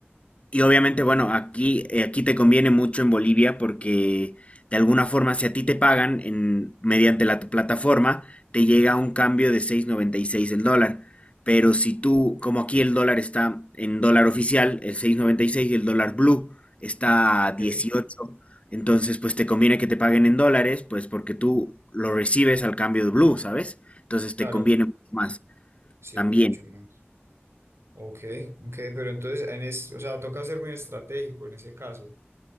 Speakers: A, on the left; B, on the right.
A: Y obviamente, bueno, aquí, eh, aquí te conviene mucho en Bolivia porque de alguna forma, si a ti te pagan en, mediante la t- plataforma, te llega un cambio de seis noventa y seis el dólar. Pero si tú, como aquí el dólar está en dólar oficial, el seis noventa y seis y el dólar blue está
B: Ok.
A: a 18, entonces pues te conviene que te paguen en dólares, pues porque tú lo recibes al cambio de blue, ¿sabes? Entonces
B: Claro,
A: te conviene mucho más
B: sirve
A: también.
B: mucho más. Ok, ok, pero entonces, en es, o sea, toca ser muy estratégico en ese caso.